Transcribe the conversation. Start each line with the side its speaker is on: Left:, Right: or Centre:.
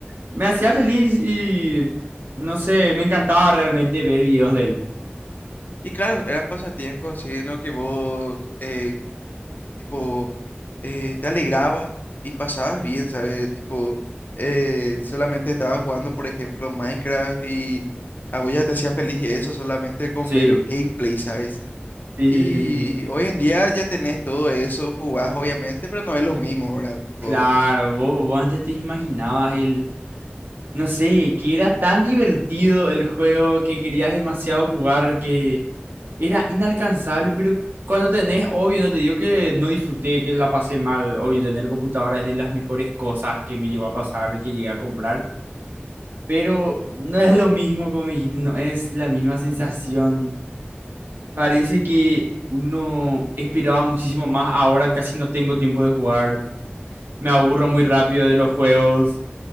Right: me hacía feliz y no sé, me encantaba realmente ver videos de él.
Left: Y claro, eran pasatiempos así en lo que vos, eh, tipo, eh, te alegraba y pasabas bien, ¿sabes? Tipo, eh, solamente estabas jugando, por ejemplo, Minecraft y a vos ya te hacía feliz eso solamente con
Right: Sí,
Left: ver gameplay, ¿sabes?
Right: sí,
Left: Y
Right: sí, sí, sí.
Left: hoy en día ya tenés todo eso, jugás obviamente, pero no es lo
Right: sí.
Left: mismo, ¿verdad? Tipo,
Right: Sí, Claro, vos, vos antes te imaginabas el, no sé, que era tan divertido el juego que querías demasiado jugar que era inalcanzable, pero cuando tenés, obvio, no te digo que no disfruté, que la pasé mal, obvio, tener computadora es de las mejores cosas que me llegó a pasar, que llegué a comprar, pero no es lo mismo como me dijiste, no es la misma sensación. Parece que uno esperaba muchísimo más, ahora casi no tengo tiempo de jugar, me aburro muy rápido de los juegos